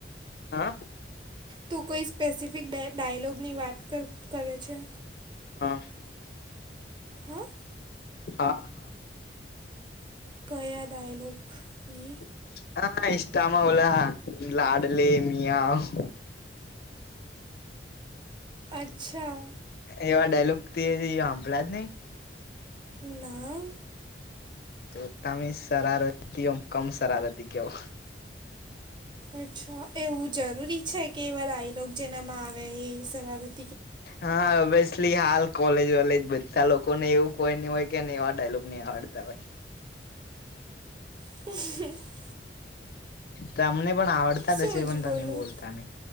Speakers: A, on the left; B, on the right.
A: હા.
B: તું કોઈ સ્પેસિફિક ડ ડાયલોગની વાત કર કરે છે.
A: હા.
B: હા.
A: હા.
B: કયા ડાયલોગની.
A: <unintelligible>
B: અચ્છા.
A: એવા ડાયલોગ તે સાંભળ જ નઈ
B: ના.
A: તો તમે શરારતી ઓમ કમ શરારતી કયો?
B: અચ્છા એવું જરૂરી છે કે એવા ડાયલોગ જેનામાં આવે એ સરારત
A: હા <unintelligible> ફલી હાલ કોલેજ વોલેજ બધા લોકોને એવું કોઈ ની હોય કે એને એવા ડાયલોગ ની આવડતા હોય.
B: હ <unintelligible>
A: તમને પણ આવડતા
B: શું
A: રહેશે
B: જ
A: પણ તમે
B: બોલું
A: બોલતા નહી.